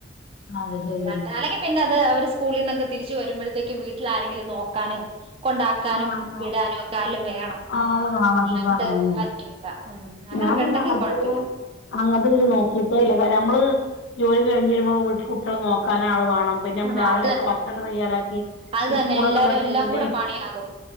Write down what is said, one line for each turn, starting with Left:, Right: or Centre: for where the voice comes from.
Left: അ അത് ശരിയാണ്.
Right: അല്ലാണ്ട് അല്ലെങ്കിൽ പിന്നെ അവര് സ്കൂളിൽ നിന്നൊക്കെ തിരിച്ച്‌ വരുമ്പോഴത്തേക്കും വീട്ടിൽ ആരെങ്കിലും നോക്കാനും കൊണ്ട ക്കാനും
Left: ആഹ്
Right: വിടാനും ഒക്കെ ആരേലും വേണം.
Left: ആള് കാണാൻ
Right: അല്ലാണ്ട്
Left: സുഖാണേനും
Right: പറ്റൂല്ല ഉം അങ്ങനൊക്കെ
Left: ഞാൻ പിന്നെ
Right: ഉണ്ടെങ്കിൽ
Left: അങ്ങത്തൊരു
Right: കുഴപ്പമില്ല
Left: അങ്ങത്തെ ഇ നോക്കിട്ടേ ഇല്ല. കാരണം നമ്മള് ജോലി കഴിഞ്ഞ് വരുമ്പോ വീട്ട് കുട്ട്യോളെ നോക്കാനാ ആള് വാ ണ്ണം പിന്നെ നമ്മൾ രാവിലെ
Right: ആ അത്
Left: ഒക്കെ
Right: തന്നെ
Left: ഭക്ഷണം തയ്യാറാക്കി.
Right: അത്
Left: ഈ
Right: തന്നെ
Left: സ്കൂളൊക്കെള്ള
Right: എല്ലാരും
Left: ടൈമില്
Right: എല്ലാം കൂടെ പണിയാകും